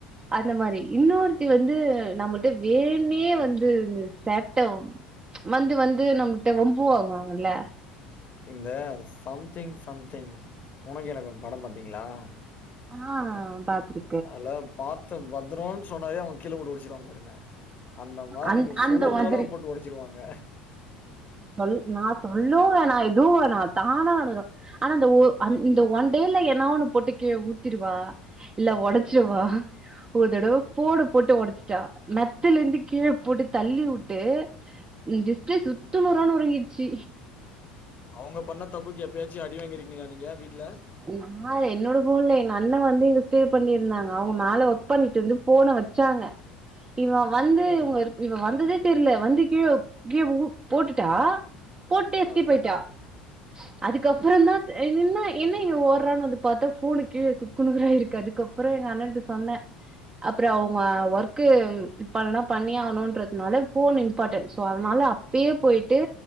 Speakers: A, on the right; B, on the left.
A: அந்த மாரி இன்னொரு த்தி வந்து நம்மிட்ட வேன்னே வந்து இந்த சேட்டம் வந்து வந்து நம்கிட்ட வம்பவாங்குவாங்கல
B: இந்த சம்திங் சம்திங் உனக்கு எனக்கும் படம் பாத்தீங்களா
A: ஆ பாத்திரு
B: அல்ல பாத்து பத்தரோம்ன்னு சொன்னாலே அவு கீழே போட்டு ஒடிச்சிருவாங்க பாருங்க அந்த மாரி
A: அந்
B: நீங்க
A: அந்த
B: சொல்லும்
A: மாதிரி
B: போதல்லா அவுங்க போட்டு ஒடச்சிருவாங்க
A: சொல் நான் சொல்லுவன் நான் எதுவும் நான் தானா அலுதுடும் ஆனா இந்த ஒ அந்
B: ம்
A: இந்‌‌‌த ஒன் மேல்ல ஏன்னா ஒண்ணு போட்டுக்கு கீழ ஊத்திருவா இல்ல ஒடச்சிருவா
B: ம்.
A: ஒர்தடவ ஃபோன போட்டு உடைச்சிட்டா மெத்தைல இருந்து கீழ போட்டு தள்ளி விட்டு எ டிரஸ்ஸே சுத்தி சுக்கு நூறா நொறுங் கிச்சி
B: அவுங்க பண்ண தப்புக்கு எப்பயாச்சி அடி வாங்கிருக்கீங்களா நீங்க வீட்ல
A: நான் என்னோட ஃபோன் இல்ல எங்க அண்ண வந்து இங்க சீர் பண்ணிருந்தாங்க அவுங்க மேல ஒர்க் பண்ணிட்டு இருந்து போன வச்சாங்க இவன் வந்து
B: ம்
A: இவங்க இவ வந்ததே தெர்ல வந்து கீழ கீழ போட்டுட்டா போட்டு எஸ்கேப்பாயிட்டா
B: ஆ.
A: அதுக்கப்புற தா இது என்னாயி என்ன இவ ஓற்றான்னு வந்து பாத்தா போனு கீழ சுக்குனூராயிருக்கு அதுக்கப்புறோ எங்க அண்ணன்ட்ட சொன்ன அப்புறோ அவங்க ஒர்க்கு இப்ப பண்ணணு பண்ணியே ஆவணுன்றதுனால போன் இம்பார்ட்டன்ட் சோ அதனால பயே போயிட்டு